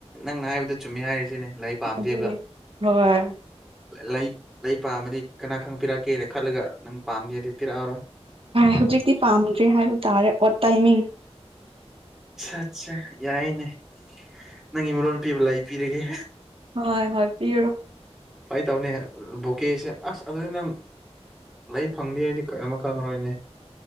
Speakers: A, in the centre; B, on the right.
A: ꯅꯪꯅ ꯍꯥꯏꯕꯗꯣ ꯆꯨꯝꯃꯤ ꯍꯥꯏꯔꯤꯁꯤꯅꯦ ꯂꯥꯏ ꯄꯥꯝꯗꯦꯕ
B: ꯑꯗꯨꯅꯦ ꯍꯣꯏ
A: ꯂꯩ ꯂꯩ ꯄꯥꯝꯃꯗꯤ ꯀꯅꯥ ꯈꯪ ꯄꯤꯔꯛꯀꯦꯅ ꯈꯜꯂꯒ ꯅꯪ ꯄꯥꯝꯅꯦ ꯑꯗꯨ ꯄꯤꯔꯛꯑꯔꯣꯏ
B: ꯍꯧꯖꯤꯛꯇꯤ ꯄꯥꯝꯗ꯭ꯦ ꯍꯥꯏꯕ ꯇꯥꯔꯦ ꯑꯣꯠ ꯇꯥꯏꯃꯤꯡ
A: ꯑꯠꯆꯥ ꯑꯠ ꯌꯥꯏꯅꯦ ꯅꯪꯒꯤ ꯃꯤꯣꯟ ꯄꯤꯕ ꯂꯥꯏ ꯄꯤꯔꯒꯦ
B: ꯍꯣꯏ ꯍꯣꯏ ꯄꯤꯔꯨꯔꯣ꯫
A: ꯐꯥꯏꯇꯧꯅꯦ ꯕꯣꯀꯦꯁꯦ ꯑꯁ ꯑꯗꯨꯗꯤ ꯅꯪ꯫ ꯂꯩ ꯐꯪꯗꯤꯦ ꯍꯥꯏꯗꯤ ꯀꯔꯤ ꯑꯃ ꯈꯪꯉꯔꯣꯏꯅꯦ